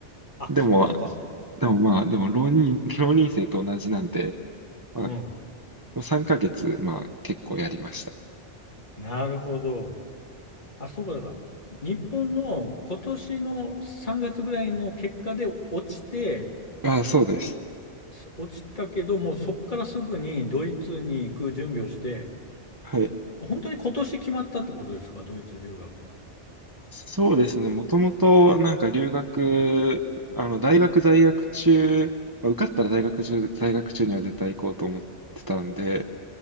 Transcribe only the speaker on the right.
でも、
でもまあ、でも浪人、<laughs> 浪人生と同じなんで、ま
あ、3ヶ月、まあ、結構やりました。
ああ、そうです。
はい。
そうですね。もともと、なんか留学、あの、大学在学中、まあ、受かったら大学中、在学中には絶対行こうと思ってたんで、